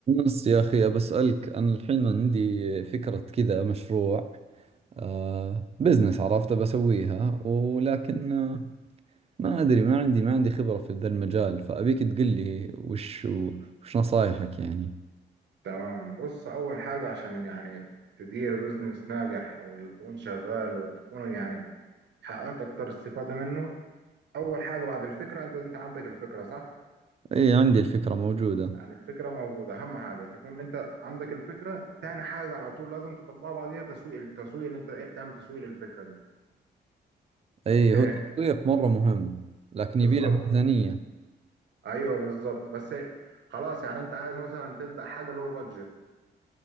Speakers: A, on the right (about 35°); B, on the right (about 70°).
A: بس يا أخي بسألك أنا الحين عندي فكرة كذا مشروع آه بزنس عرفت بسويها ولكن آه ما أدري ما عندي ما عندي خبرة في ذا المجال فأبيك تقول لي وش وش نصايحك يعني
B: تمام بص أول حاجة عشان يعني تدير بزنس ناجح أو يكون شغال وتكون يعني حققت أكتر استفادة منه أول حاجة بعد الفكرة أنت أنت عندك الفكرة صح؟
A: أي عندي الفكرة موجودة
B: يعني الفكرة موجودة أهم حاجة تكون أنت عندك الفكرة تاني حاجة على طول لازم تطبقها بعديها تسويق التسويق اللي أنت إيه تعمل تسويق للفكرة دي
A: أي
B: ليه؟
A: هو التسويق مرة مهم لكن
B: بالظبط
A: يبي له ميزانية
B: أيوه بالظبط بس خلاص يعني أنت عايز مثلا تبدأ حاجة لو بادجت